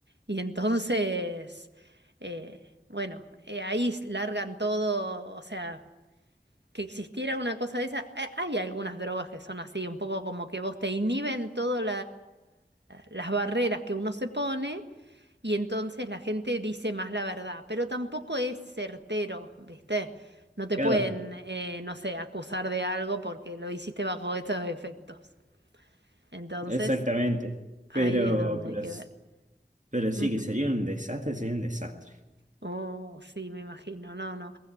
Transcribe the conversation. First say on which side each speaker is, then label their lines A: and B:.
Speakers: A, on the right; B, on the right.
A: y entonces, eh, bueno, eh, ahí s- largan todo, o sea, que existiera una cosa de esa, ha- hay algunas drogas que son así, un poco como que vos te inhiben todas las barreras que uno se pone. Y entonces la gente dice más la verdad, pero tampoco es certero, ¿viste? No te
B: Claro,
A: pueden, eh, no sé, acusar de algo porque lo hiciste bajo estos efectos. Entonces,
B: exactamente.
A: ahí
B: Pero,
A: es donde
B: pero,
A: hay que
B: s-
A: ver.
B: pero sí,
A: Ujú.
B: que sería un desastre, sería un desastre.
A: Oh, sí, me imagino, no, no.